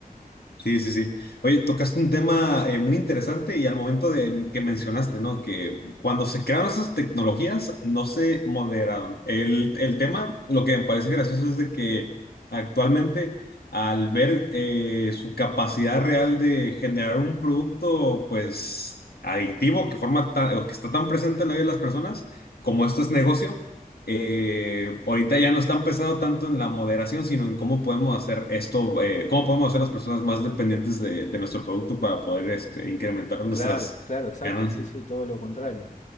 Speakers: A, on the left; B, on the left.
A: Sí, sí, sí. Oye, tocaste un tema eh, muy interesante y al momento de que mencionaste, ¿no? Que cuando se crearon esas tecnologías no se moderaron. El, el tema, lo que me parece gracioso es de que actualmente al ver eh, su capacidad real de generar un producto, pues, adictivo, que forma tan- o que está tan presente en la vida de las personas, como esto es negocio eh, ahorita ya no están pensando tanto en la moderación, sino en cómo podemos hacer esto, eh, cómo podemos hacer las personas más dependientes de, de nuestro producto para poder este, incrementar nuestras
B: Claro, claro, exacto.
A: ganancias.
B: Sí, sí, todo lo contrario.